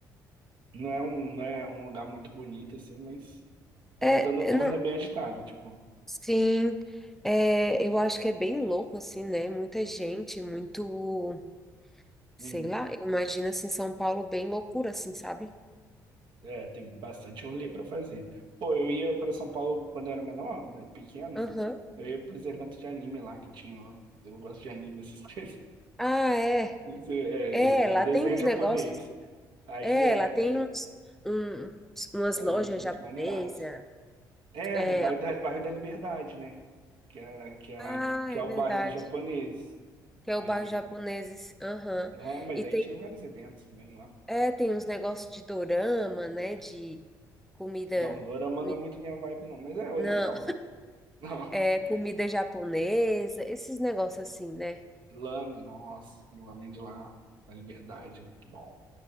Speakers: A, on the right (about 65°); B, in the centre.
A: Não é um, não é um lugar muito bonito, assim, mas a
B: é,
A: vida noturna
B: é,
A: é bem agitada, tipo,
B: Sim, é, eu acho que é bem louco, assim, né? Muita gente, muito, sei
A: uhum.
B: lá, eu imagino, assim, São Paulo bem loucura, assim, sabe?
A: É, tem bastante rolê para fazer. Pô, eu ia para São Paulo quando eu era menor, né, pequeno,
B: Aham.
A: eu ia pros eventos de anime lá que tinha lá. Eu gosto de anime, essas <laughs> coisas.
B: Ah, é.
A: Isso É,
B: É,
A: era de
B: lá
A: desenho
B: tem uns
A: japonês.
B: negócios, assim,
A: Aí
B: é,
A: é,
B: lá tem
A: era,
B: uns, um- uns- umas
A: era
B: lojas
A: um evento
B: japonesas,
A: maneiraço. É,
B: é,
A: ali, bairro da, bairro da Liberdade, né? Que é, que é,
B: ah,
A: que
B: é
A: é o
B: verdade,
A: bairro dos japoneses.
B: que é
A: Aí,
B: o bairro japoneses, aham.
A: ah, mas
B: E
A: aí
B: tem,
A: tinha vários eventos também lá.
B: é, tem uns negócios de dorama, né, de comida,
A: Não, dorama
B: comida,
A: não é muito minha vibe, não. Mas é oriental,
B: não,
A: né? Não. <laughs>
B: É, comida japonesa, esses negócios assim, né?
A: Lamen, nossa. o Lamen de lá. Na Liberdade, é muito bom.